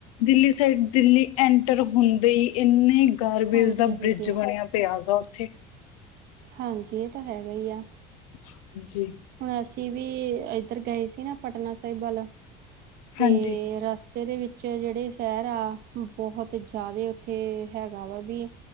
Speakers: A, on the left; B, on the right.
A: ਦਿੱਲੀ ਸਾਈਡ ਦਿੱਲੀ ਐਂਟਰ ਹੁੰਦੇ ਹੀ ਇੰਨੇ ਗਾਰਬੇਜ
B: ਹਾਂਜੀ
A: ਦਾ
B: ਹਾਂਜੀ
A: ਬ੍ਰਿਜ ਬਣਿਆ। ਤੇ ਆਵਦਾ ਉੱਥੇ
B: ਹਾਂਜੀ ਇਹ ਤਾਂ ਹੈਗਾ ਈ ਆ।
A: ਹਾਂਜੀ।
B: ਹੁਣ ਅਸੀਂ ਵੀ ਇੱਧਰ ਗਏ ਸੀ ਨਾ ਪਟਨਾ ਸਾਹਿਬ ਵੱਲ ਤੇ
A: ਹਾਂਜੀ
B: ਰਸ ਤੇ ਇਹਦੇ ਵਿੱਚ ਜਿਹੜੇ ਸ਼ਹਿਰ ਆ ਬਹੁਤ ਜ਼ਿਆਦਾ ਉੱਥੇ ਹੈਗਾ ਵਾ ਵੀ